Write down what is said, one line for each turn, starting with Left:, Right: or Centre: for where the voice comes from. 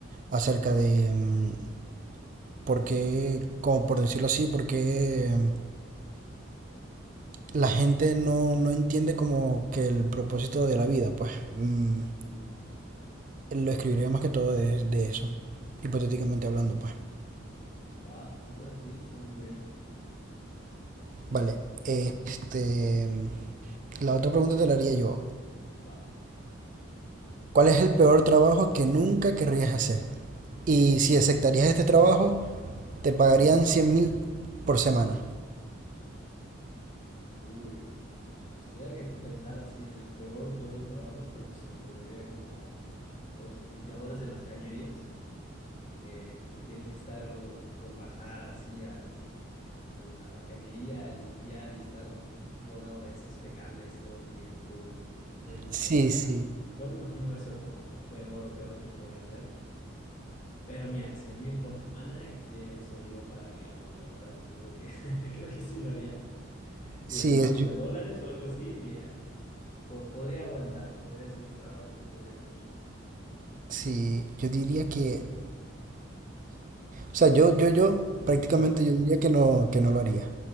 Right: Acerca de em, por qué, como por decirlo así, por qué em, la gente no, no entiende como que el propósito de la vida, pues. Mm,
Left: Ujú.
Right: lo escribiré más que todo de, de eso, hipotéticamente hablando, pues.
Left: Va, súper, sí, suena muy bien.
Right: Vale, este, la otra pregunta te la haría yo.
Left: Va.
Right: ¿Cuál es el peor trabajo que nunca querrías hacer? Y si aceptarías este trabajo, te pagarían cien mil por semana.
Left: Uy. Pues tuviera que pensar así en el peor, peor trabajo, creo que se me ocurriría como los limpiadores de las cañerías, que, que tienen que estar, pues bajar así al, al- a la cañería, a limpiar y estar rodeado de heces fecales todo el tiempo y que se pueden infectar.
Right: Sí, sí,
Left: Yo me imagino eso como lo peor, peor que podría ser. Pero mira, cien mil por semana, ¿quién soy yo para negarlo? La verdad es que creo que, <laughs> creo que sí lo haría. Digo,
Right: sí,
Left: si hablábamos
Right: es, yo,
Left: de dólares o algo así, mira, po- podría aguantar, podría ser un trabajo que podría hacer.
Right: sí, yo diría que, o sea, yo, yo, yo, prácticamente
Left: Ajá,
Right: yo diría que no, que no lo haría,